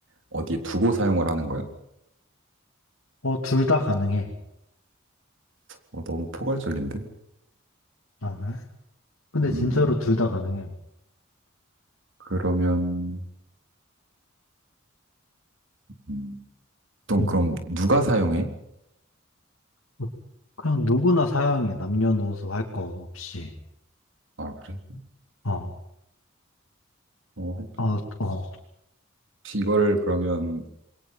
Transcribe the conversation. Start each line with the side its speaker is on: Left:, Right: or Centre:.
Right: 어디 두고 사용을 하는 거야?
Left: 어, 둘 다 가능해.
Right: 어, 너무 포괄적인데?
Left: 아, 그래? 근데
Right: 음,
Left: 진짜로 둘 다 가능해.
Right: 그러면 음, 보통
Left: 음.
Right: 그럼 누가 사용해?
Left: 어, 그냥 누구나 사용해. 남녀노소 할 거 없이.
Right: 아, 그래?
Left: 어,
Right: 어,
Left: 어, 어,
Right: 혹시 이거를 그러면